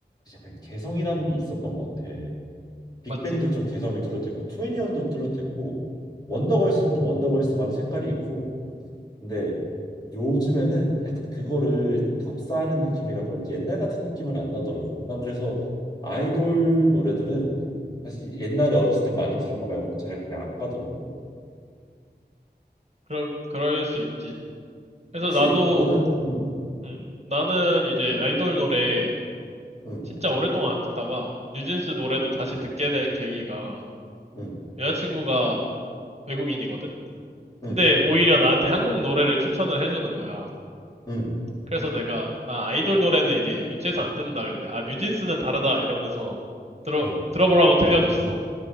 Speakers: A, on the left (about 20°); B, on the right (about 40°).
A: 약간 개성이라는 게 있었던 것 같아. 빅뱅도
B: 맞지.
A: 좀 개성이 뚜렷했고 2애니1도 뚜렷했고 원더걸스는 또 원더걸스만의 색깔이 있고 근데 요즘에는 약간 그거를 답사하는 느낌이라 그런지 옛날 같은 느낌은 안 나더라고. 난 그래서 아이돌 노래들은 사실 옛날에 어렸을 때 많이 들은 거 말고는 잘 그냥 안 가더라고.
B: 그럴, 그럴 수 있지. 그래서
A: 혹시
B: 나도,
A: 너는 음,
B: 음, 나는 이제 아이돌 노래
A: 음,
B: 진짜 오랫동안 안 듣다가 뉴진스 노래도 다시 듣게 된 계기가
A: 음,
B: 여자친구가 외국인이거든? 근데
A: 음,
B: 오히려 나한테 한국 노래를 추천을 해주는 거야.
A: 음,
B: 그래서 내가, 아, 아이돌 노래는 이제 유치해서 안 듣는다 그랬는데, 아, 뉴진스는 다르다 이러면서 들어,
A: 음,
B: 들어보라고 들려줬어.